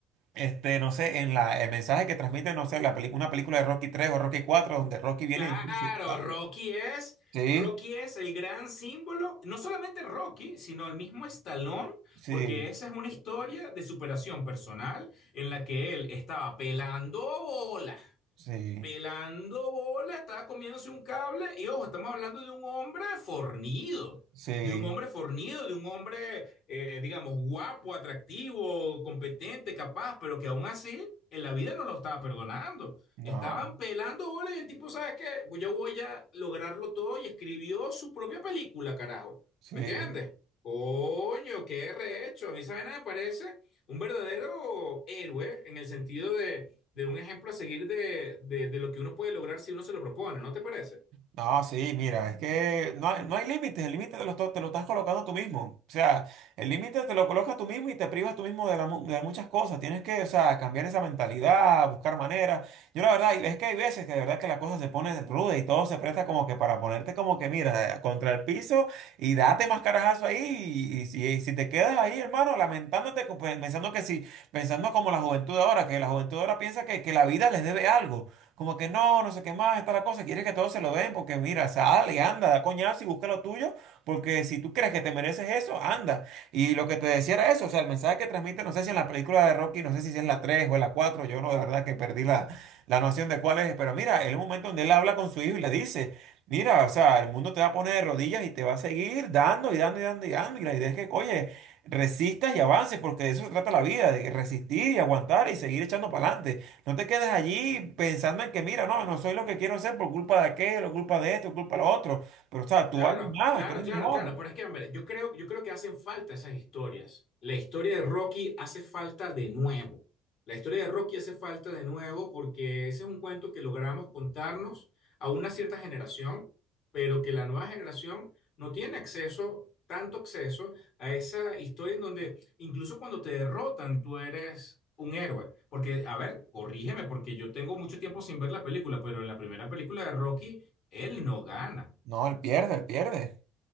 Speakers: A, on the right (about 65°); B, on the left (about 45°).
A: este, no sé, en la, el mensaje que transmite, no sé, la peli- una película de Rocky 3 o Rocky 4 donde Rocky viene
B: Claro,
A: y le dice, ah,
B: Rocky es,
A: Sí,
B: Rocky es el gran símbolo, no solamente Rocky, sino el mismo Stallone,
A: sí,
B: porque esa es una historia de superación personal en la que él estaba pelando bola
A: sí,
B: pelando bola, estaba comiéndose un cable y ojo, estamos hablando de un hombre fornido,
A: sí,
B: de un hombre fornido, de un hombre, eh, digamos, guapo, atractivo, competente, capaz, pero que aún así en la vida no lo estaba perdonando.
A: no,
B: Estaban pelando bola y el tipo, ¿sabes qué? Yo voy a lograrlo todo y escribió su propia película, carajo.
A: sí.
B: ¿Me entiendes? Coño, qué rehecho. A mí, ¿saben? Me parece un verdadero héroe en el sentido de de un ejemplo a seguir de, de, de lo que uno puede lograr si uno se lo propone, ¿no te parece?
A: No, sí, mira, es que no hay, no hay límites, el límite te lo, to- te lo estás colocando tú mismo. O sea, el límite te lo colocas tú mismo y te privas tú mismo de, la mu- de muchas cosas. Tienes que, o sea, cambiar esa mentalidad, buscar maneras. Yo la verdad, es que hay veces que de verdad que la cosa se pone ruda y todo se presta como que para ponerte como que, mira, contra el piso y date más carajazo ahí. Y, y- si y si te quedas ahí, hermano, lamentándote, co- pensando que si, pensando como la juventud de ahora, que la juventud de ahora piensa que, que la vida les debe algo como que no, no sé qué más, está la cosa, quieres que todos se lo den, porque mira, sale, anda, da coñazo y busca lo tuyo, porque si tú crees que te mereces eso, anda. Y lo que te decía era eso, o sea, el mensaje que transmite, no sé si en la película de Rocky, no sé si es en la 3 o en la 4 yo no, de verdad que perdí la, la noción de cuál es, pero mira, el momento donde él habla con su hijo y le dice, mira, o sea, el mundo te va a poner de rodillas y te va a seguir dando y dando y dando y dando, y la idea es que, oye, Resistas y avances, porque de eso se trata la vida, de resistir y aguantar y seguir echando para adelante. No te quedes allí pensando en que, mira, no, no soy lo que quiero ser por culpa de aquello, culpa de esto, culpa de lo otro. Pero, o sea, tú
B: Claro,
A: vales más,
B: claro,
A: tú eres
B: claro,
A: mejor.
B: claro. Pero es que, hombre, yo creo, yo creo que hacen falta esas historias. La historia de Rocky hace falta de nuevo. La historia de Rocky hace falta de nuevo porque ese es un cuento que logramos contarnos a una cierta generación, pero que la nueva generación no tiene acceso, tanto acceso a esa historia en donde incluso cuando te derrotan tú eres un héroe. Porque, a ver, corrígeme, porque yo tengo mucho tiempo sin ver la película, pero en la primera película de Rocky, él no gana.
A: No, él pierde, él pierde.